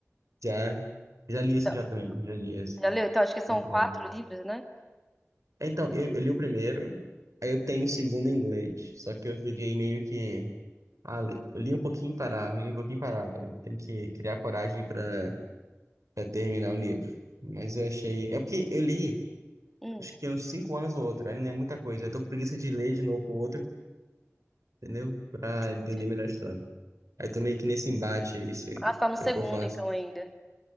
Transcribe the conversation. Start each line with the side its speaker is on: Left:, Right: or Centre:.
Right: Já, já li isso
Centre: Então,
Right: já também. Já li isso.
Centre: já leu? Então acho que são
Right: Muito
Centre: quatro
Right: bom.
Centre: livros, né?
Right: É, Então, eu, eu li o primeiro, aí eu tenho o segundo em inglês. Só que eu fiquei meio que. Ah, li, li um pouquinho e parava, li um pouquinho e parava. Eu tenho que criar coragem para terminar o livro. Mas eu achei. É porque eu li,
Centre: Hum.
Right: acho que uns cinco anos ou outro, aí não é muita coisa. Eu tô com preguiça de ler de novo o outro, entendeu? Pra entender
Centre: entendi.
Right: melhor a história. Aí tô meio que nesse embate aí, se
Centre: Ah, você tá no segundo
Right: é o que eu faço.
Centre: então ainda.